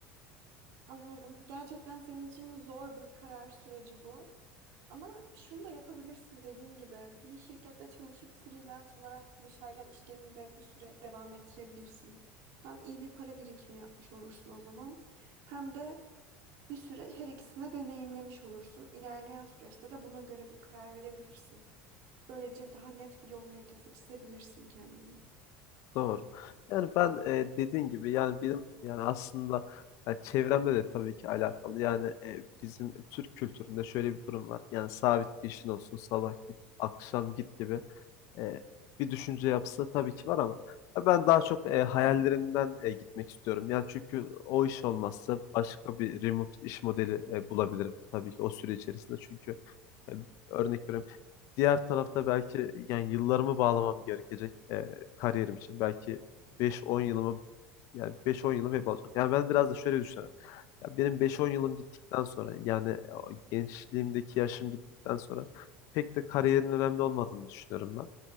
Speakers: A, on the right; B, on the left.
A: Anladım. Gerçekten senin için zor bir karar süreci bu. Ama şunu da yapabilirsin dediğin gibi bir şirkette çalışıp freelance olarak da dışarıdan işlerini de bir süre devam ettirebilirsin. Hem iyi bir para birikimi yapmış olursun o zaman hem de bir süre her ikisini deneyimlemiş olursun. İlerleyen süreçte de buna göre bir karar verebilirsin. Böylece daha net bir yol haritası çizebilirsin kendine.
B: Doğru. Yani ben e, dediğin gibi yani benim yani aslında ya çevremle de tabii ki alakalı. Yani e, bizim Türk kültüründe şöyle bir durum var. Yani sabit bir işin olsun sabah git akşam git gibi e, bir düşünce yapısı tabii ki var ama ya ben daha çok e, hayallerimden e, gitmek istiyorum. Yani çünkü o iş olmazsa başka bir remote iş modeli e, bulabilirim tabii ki o süre içerisinde. Çünkü e, örnek veriyorum Diğer tarafta belki yani yıllarımı bağlamam gerekecek e, kariyerim için. Belki beş on yılımı yani beş on yılım hep olacak. Yani ben biraz da şöyle düşünüyorum. Ya benim beş on yılım gittikten sonra yani o gençliğimdeki yaşım gittikten sonra pek de kariyerin önemli olmadığını düşünüyorum ben.